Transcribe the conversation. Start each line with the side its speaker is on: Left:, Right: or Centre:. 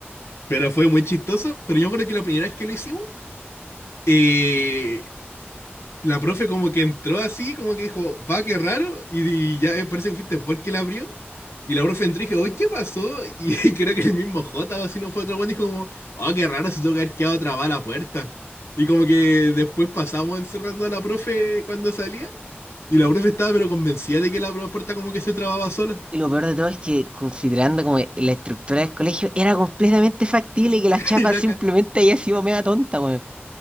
Left: pero fue muy chistoso. Pero yo creo que la primera vez que lo hicimos, eh, la profe como que entró así, como que dijo, va, qué raro, y, y ya eh, parece que fuiste vos el que la abrió. Y la profe entró y dije, oye, ¿qué pasó? Y, <laughs> y creo que el mismo J o si no fue otro weón, dijo como, oh, qué raro, se tuvo que haber quedado trabada la puerta. Y como que después pasamos encerrando a la profe cuando salía. Y la profe estaba pero convencida de que la puerta como que se trababa sola.
Right: Y lo peor de todo es que, considerando como la estructura del colegio, era completamente factible que la
Left: <laughs>
Right: chapa
Left: en la
Right: simplemente
Left: ca-
Right: haya sido mega tonta, weón.